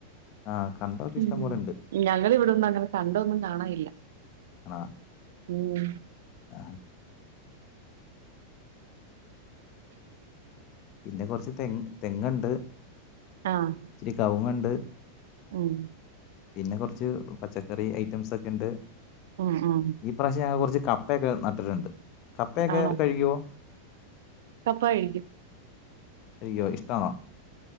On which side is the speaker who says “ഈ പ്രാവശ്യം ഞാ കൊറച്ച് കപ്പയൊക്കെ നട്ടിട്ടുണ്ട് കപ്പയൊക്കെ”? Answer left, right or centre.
Left